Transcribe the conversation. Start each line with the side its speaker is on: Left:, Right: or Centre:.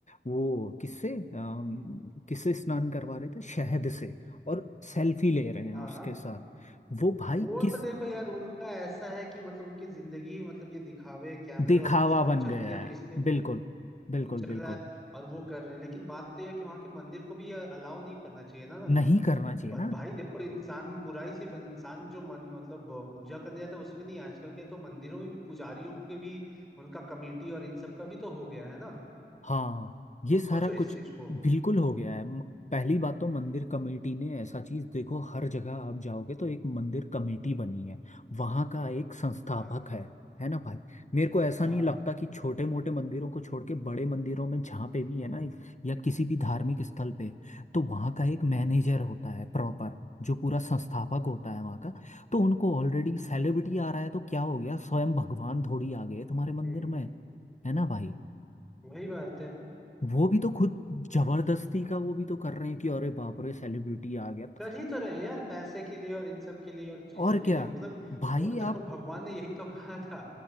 Left: वो किससे अम, किससे स्नान करवा रहे थे शहद से और सेल्फी ले रहे हैं
Centre: हाँ
Left: उसके साथ वो भाई
Centre: वो
Left: किस
Centre: तो देखो यार उनका ऐसा है कि मतलब उनकी जिंदगी ही मतलब ये दिखावे कैमरे
Left: दिखावा
Centre: और इन सब
Left: बन
Centre: पे चलती
Left: गया
Centre: है तो
Left: है
Centre: इसलिए
Left: बिल्कुल बिल्कुल
Centre: उन चल
Left: बिल्कुल
Centre: रहा है और वो कर रहे हैं लेकिन बात तो यह है कि वहाँ के मंदिर को भी अलाउ नहीं करना चाहिए ना
Left: नहीं करना चाहिए
Centre: बट
Left: ना
Centre: भाई देखो इंसान में बुराई सिर्फ इंसान जो मन मतलब पूजा करने जाता है उसमें नहीं आजकल के तो मंदिरों में भी पुजारियों के भी उनका कमेटी और इन सब का भी तो हो गया है ना
Left: हाँ ये
Centre: तुम
Left: सारा
Centre: सोचो
Left: कुछ
Centre: इस चीज को
Left: बिल्कुल हो गया है म- पहली बात तो मंदिर कमेटी ने ऐसा चीज देखो हर जगह आप जाओगे तो एक मंदिर कमेटी बनी है वहाँ का एक संस्थापक
Centre: हाँ
Left: है है ना भाई मेरे को ऐसा
Centre: हाँ
Left: नहीं लगता कि छोटे मोटे मंदिरों को छोड़ के बड़े मंदिरों में जहाँ पे भी है ना या किसी भी धार्मिक स्थल पे तो वहाँ का एक मैनेजर होता है प्रॉपर जो पूरा संस्थापक होता है वहाँ का तो उनको ऑलरेडी सेलिब्रिटी आ रहा है तो क्या हो गया स्वयं भगवान थोड़ी आ गए तुम्हारे मंदिर
Centre: हम्म
Left: में है ना भाई
Centre: वही बात है
Left: वो भी तो खुद जबरदस्ती का वो भी तो कर रहे हैं कि अरे बाप रे सेलिब्रिटी आ गया तो।
Centre: कर ही तो रहे हैं यार पैसे के लिए और इन सब के लिए और चीजों
Left: और
Centre: के
Left: क्या
Centre: लिए मतलब
Left: भाई
Centre: बोल तो रहा
Left: आप
Centre: हूँ भगवान ने यही तो कहा था